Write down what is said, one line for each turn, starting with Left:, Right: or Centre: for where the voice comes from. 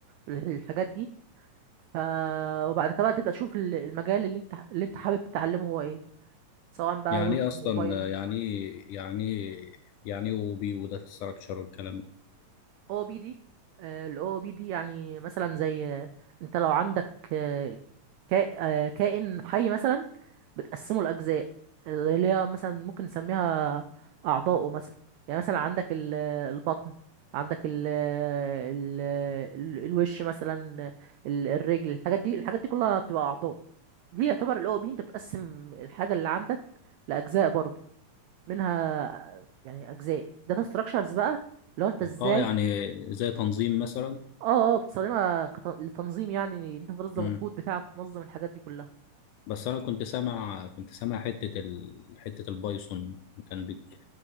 Right: الحاجات دي ف وبعد كده بقى تبدا تشوف ال- المجال اللي انت اللي انت حابب تتعلمه هو ايه سواء بقى
Left: يعني
Right: ويب
Left: ايه اصلا
Right: موبايل
Left: يعني إيه- يعني إيه- يعني ايه اوبي وداتا ستراكشر والكلام ده
Right: او بي دي الاو بي دي يعني مثلا زي آه، انت لو عندك آه، كا- آه، كائن حي مثلا بتقسمه لاجزاء اللي هي مثلا ممكن نسميها اعضاؤه مثلا يعني مثلا عندك ال- البطن عندك ال ال ال- الوش مثلا ال- الرجل الحاجات دي الحاجات دي كلها بتبقى اعضاء دي يعتبر الاو بي انت بتقسم الحاجه اللي عندك لاجزاء برضه منها يعني اجزاء داتا ستراكشرز بقى لو انت ازاي
Left: اه يعني زي تنظيم مثلا
Right: اه اه بتستخدمها كت- لتنظيم يعني انت تنظم
Left: مم.
Right: الكود بتاعك وتنظم الحاجات دي كلها
Left: بس انا كنت سامع كنت سامع حتة ال... حتة البايثون كان بيك...